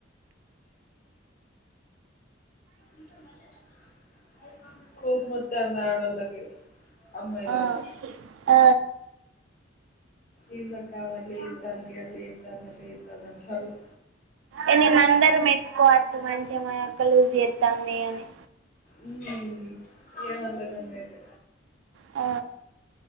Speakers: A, on the left; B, on the right.
A: ఇంకా మళ్లేదా <unintelligible> కొప్ మొతాంది ఆడోలకి అమ్మాయిలకీ
B: ఆ ఆ
A: ఎందక్క అవా అట్లజేతాంది అట్లజెతాంద అట్లజేతనర్ అల్లు
B: ఏ నిన్ను అందరు మెచ్చుకోవచ్చు మంచి గా మా అక్క లూజ్ జెతాంది అని
A: ఉమ్మ్ అన్ లే నన్ను అయితే
B: ఆ